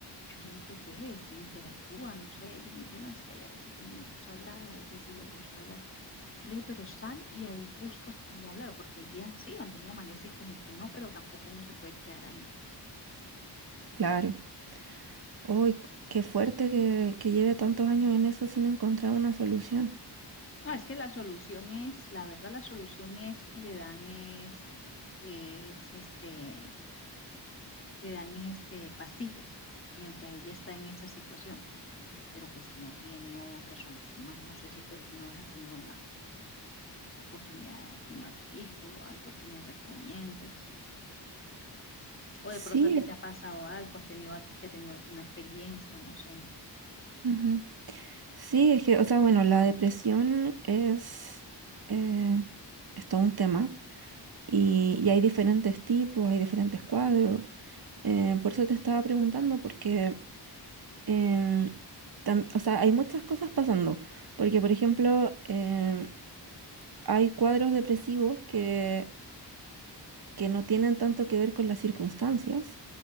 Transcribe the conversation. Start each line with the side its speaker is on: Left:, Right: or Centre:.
Left: Yo le digo, ves, interactúa, no sé. Ella me dice, no, es que hay a veces que no me gusta hablar, a veces sí le gusta hablar. Yo le dije, pero sal y ahí buscas cómo hablar, porque hay días así, cuando uno amanece como que no, pero tampoco uno se puede quedar ahí.
Right: Claro. Uy, qué fuerte que, que lleve tantos años en eso sin encontrar una solución.
Left: No, es que la solución es, la verdad, la solución es que le dan es, es este, le dan es este, pastillas mientras ella está en esa situación, pero pues no tiene otra solución más. No sé si tú alguna vez has tenido la, la oportunidad de algún artículo, algo que me recomiendes, o
Right: Sí.
Left: de pronto a ti te ha pasado algo, has tenido alguien que ha tenido alguna experiencia, no sé.
Right: ujú. Sí, es que, o sea, bueno, la depresión es, eh, es todo un tema y, y hay diferentes tipos, hay diferentes cuadros. Eh, por eso te estaba preguntando, porque em, tam- o sea, hay muchas cosas pasando, porque por ejemplo, em, hay cuadros depresivos que, que no tienen tanto que ver con las circunstancias,